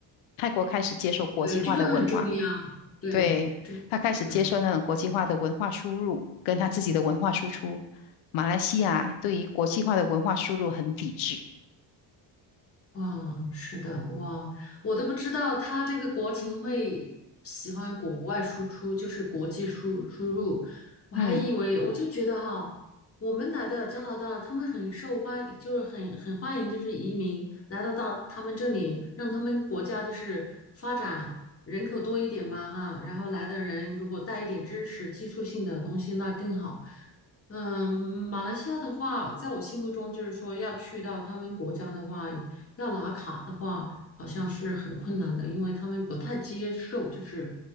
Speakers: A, on the left; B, on the left.
A: 泰国开始接受国际化的文化，
B: 对，这个很重要，对，
A: 对，
B: 这个很重要。
A: 他开始接受那种国际化的文化输入，跟他自己的文化输出，马来西亚对于国际化的文化输入很抵制，
B: 哇，是的，哇，我都不知道他这个国情会喜欢国外输出，就是国际输输入，我还以为我就觉得哈，
A: 嗯。
B: 我们来的加拿大，他们很受欢迎，就是很很欢迎，就是移民来得到他们这里，让他们国家就是发展人口多一点嘛哈，然后来的人如果带一点知识、技术性的东西，那更好。嗯，马来西亚的话，在我心目中就是说要去到他们国家的话。要拿卡的话，好像是很困难的，因为他们不太接受，就是